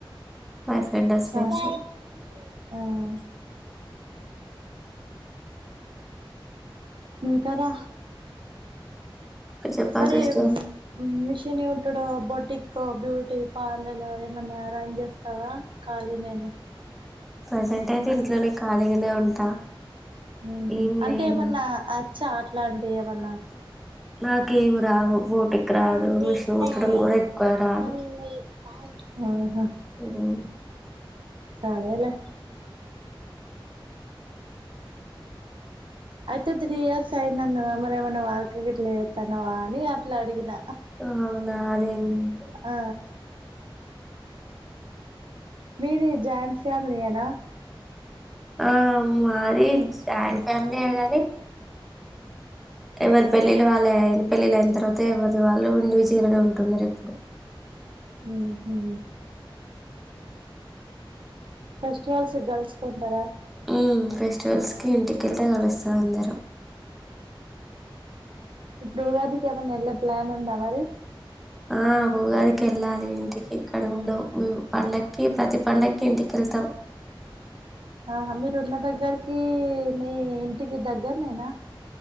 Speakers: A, in the centre; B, on the right.
A: బాయ్ ఫ్రెండ్ హస్బెండ్స్
B: స మ్మ్
A: ఇంకా
B: ఇంకా రా
A: చెప్పాలి
B: మరి
A: సిస్టర్
B: మిషన్ ఏ కట్టుడు బొటికో బ్యూటీ పార్లలలో ఏమన్నా రన్ చేస్తావా కాలి నేనా
A: ప్రజెంట్ అయితే ఇంట్లోనే ఖాళీగానే ఉంటా
B: హ్మ్ హు
A: ఏం
B: అంటే
A: లేదు
B: ఏమన్నా అచ్చా అట్లాంటివి ఏమన్నా
A: నాకేవు రావు బోటిక్
B: మమ్మీ
A: రాదు మిషన్ కుట్టడం
B: బాయ్
A: కూడా ఎక్కువ రాదు
B: మమ్మీ బాయ్ ఆహా
A: మ్మ్
B: సరేలే. అయితే త్రీ ఇయర్స్ అయిందన్నావ్ కదా ఏమైనా వర్క్ గిట్ల చేస్తున్నవాని అట్ల అడిగిన.
A: ఆ నాదేం లేదు
B: ఆ. మీది జాయింట్ ఫ్యామిలీ నా.
A: ఆ మాది జాయింట్ ఫ్యామిలీయే గాని. ఎవరి పెళ్ళిళ్ళ వాళ్ళు అయిన పెళ్ళిళ్ళ అయిన తర్వాత ఎవరిది వాళ్ళు ఇండి విజేలుగా ఉంటుంది రేపు.
B: హూ, హూ. ఫెస్టివల్స్ కు గర్ల్స్ కుంటారా.
A: హ్మ్ ఫెస్టివల్స్ కు ఇంటికి వెళ్తే కలుస్తాం అందరం.
B: ఇప్పుడు ఉగాదికి ఏమన్నా ప్లాన్ ఉందా మరి.
A: ఆ ఉగాదికి వెళ్ళాలి ఇంటికి ఇక్కడ ఉండం మ్ మేము పండక్కి ప్రతి. పండగకి ఇంటికె ళ్తాం.
B: ఆహా, మీరు ఉన్న దగ్గరకి మీ ఇంటికి దగ్గర నేనా.